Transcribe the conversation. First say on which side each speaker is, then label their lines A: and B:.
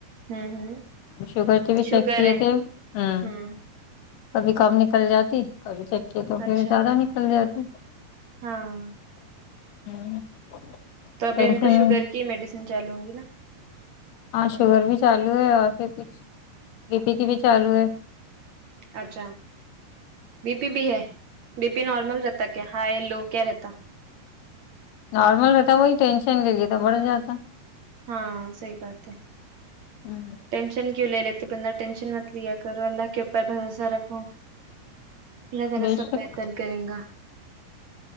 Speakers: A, on the right; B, on the left.
A: ہوں ہوں
B: sugar B P
A: sugar
B: check کیے
A: ہے
B: تھے ہاں
A: ہوں
B: کبھی کم نکل جاتی کبھی چیک کئے تو پھر
A: اچھا
B: زیادہ نکل جاتی
A: ہاں
B: <unintelligible>
A: تو ابھی
B: ٹینشن
A: ان کو شوگر کی میڈیسن چالو ہوں گی نا
B: ہاں شوگر بھی چالو ہے اور پھر کچھ بی پی کی بھی چالو ہے
A: اچھا بی پی بھی ہے بی پی نارمل رہتا کیا ہائی لو کیا رہتا
B: نارمل رہتا وہی ٹینشن لے لیے تو بڑھ جاتا
A: ہاں صحیح بات ہے
B: ہوں
A: ٹینشن کیوں لے لیتے بندہ ٹینشن مت لیا کرو اللہ کے اوپر بھروسہ رکھو اللہ تعالی
B: بے
A: سب
B: شک
A: بہتر کرے گا